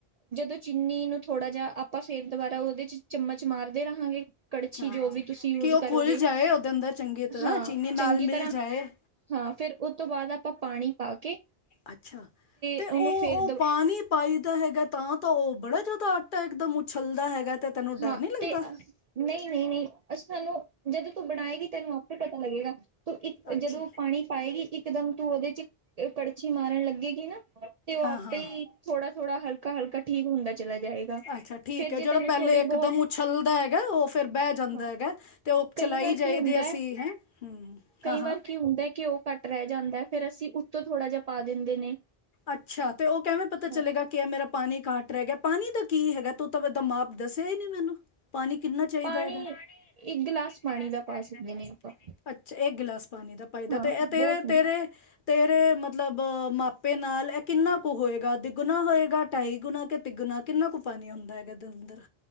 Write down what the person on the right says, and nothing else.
ਜਦੋਂ ਚੀਨੀ ਨੂੰ ਥੋੜ੍ਹਾ ਜਿਹਾ ਆਪਾਂ ਫੇਰ ਦੁਬਾਰਾ ਉਹਦੇ 'ਚ ਚਮਚ ਮਾਰਦੇ ਰਹਾਂਗੇ ਕੜਛੀ
ਜੋ ਵੀ ਤੁਸੀਂ ਯੂਜ
ਕਰੋਗੇ,
ਹਾਂ
ਚੰਗੀ
ਤਰ੍ਹਾਂ
ਹਾਂ ਫਿਰ ਉਹ ਤੋਂ ਬਾਅਦ, ਆਪਾਂ ਪਾਣੀ ਪਾ ਕੇ-
ਉਹਨੂੰ
ਫੇਰ
ਦ
ਹਾਂ,
ਤੇ ਨਹੀਂ, ਨਹੀਂ, ਨਹੀਂ ਅ ਸਾਨੂੰ ਜਦੋਂ ਤੂੰ ਬਣਾਏਗੀ, ਤੈਨੂੰ ਆਪੇ ਪਤਾ ਲੱਗੇਗਾ। ਤੂੰ ਇੱਕ
ਜਦੋਂ ਪਾਣੀ ਪਾਏਗੀ ਇਕਦਮ ਤੂੰ ਉਹਦੇ 'ਚ ਕੜ ਛੀ ਮਾਰਨ ਲੱਗੇਗੀ ਨਾ ਤੇ ਉਹ
ਆਪੇ
ਹੀ ਥੋੜਾ- ਥੋੜਾ ਹਲਕਾ <inaudible> ਠੀਕ ਹੁੰਦਾ ਚਲਾ ਜਾਏਗਾ,
ਫੇਰ
ਜੇ
ਤੈਨੂੰ ਥੋੜ੍ਹੀ
ਬਹੁਤ
ਹਾਂ
ਕਈ ਵਾਰ
ਕੀ ਹੁੰਦਾ
ਐ,
ਕਈ
ਵਾਰ ਕੀ ਹੁੰਦਾ ਐ ਘਿਓ ਘੱਟ ਰਹਿ ਜਾਂਦਾ ਐ, ਫਿਰ ਅਸੀਂ ਉੱਤੋਂ ਥੋੜ੍ਹਾ ਜਿਹਾ ਪਾ ਦਿੰਦੇ ਨੇ।
ਹਾਂ
ਪਾਣੀ
ਇੱਕ ਗਿਲਾਸ ਪਾਣੀ ਦਾ
ਸਕਦੇ
ਨੇ ਆਪਾਂ
ਹਾਂ
ਬਹੁਤ ਹੁੰਦਾ